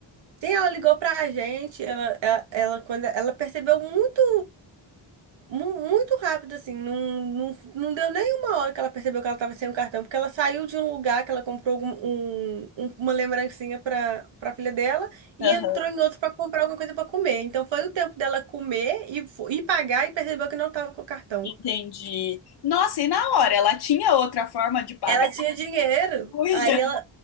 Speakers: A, on the right (about 80°); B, on the left (about 60°).
A: Sim, ela ligou pra gente, ela, ela, ela- quando ela percebeu muito. mu- muito rápido, assim. Não, não, não deu nem uma hora que ela percebeu que ela estava sem o cartão, porque ela saiu de um lugar que ela comprou algum- um- um- uma lembrancinha para para filha dela e
B: Aham,
A: entrou em outro para comprar alguma coisa para comer. Então foi o tempo dela comer e, fo- e pagar e percebeu que não estava com o cartão.
B: entendi. Nossa, e na hora, ela tinha outra forma de pagar?
A: Ela tinha
B: <laughs>
A: dinheiro,
B: Uia,
A: aí ela,